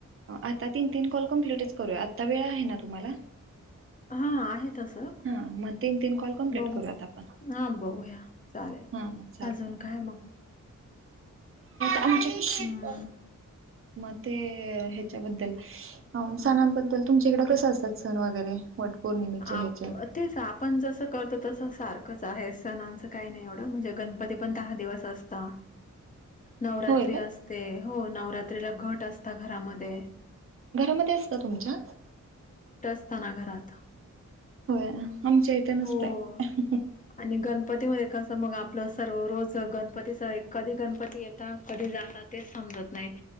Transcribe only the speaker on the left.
हा आहे तसं
बघू!
हा बघूया. चालेल,
अजून काय मग?
हम्म
आप अं, तेच आपण जस करतो तसं. सारखंच आहे. सणांचं काही नाही एवढं म्हणजे गणपती पण दहा दिवस असता. नवरात्री
असते हो, नवरात्रीला घट असता घरामध्ये.
असतनां घरात
हो आणि गणपतीमध्ये कसं, मग आपलं सर्व रोज गणपतीचं कधी गणपती येता. कधी जातात तेच समजत नाही,